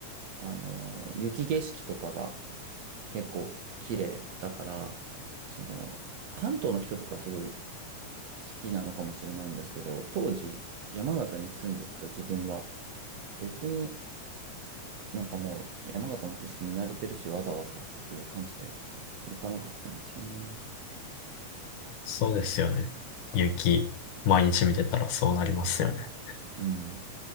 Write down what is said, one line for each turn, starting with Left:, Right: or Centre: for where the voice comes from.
Right: あの、雪景色とかが結構綺麗だから、その、関東の人とかすごい好きなのかもしれないんですけど、当時山形に住んでた自分は別になんかもう山形の景色見慣れてるし、わざわざっていう感じで行かなかったんですよね。
Left: そうですよね。雪、毎日見てたらそうなりますよね。
Right: うん。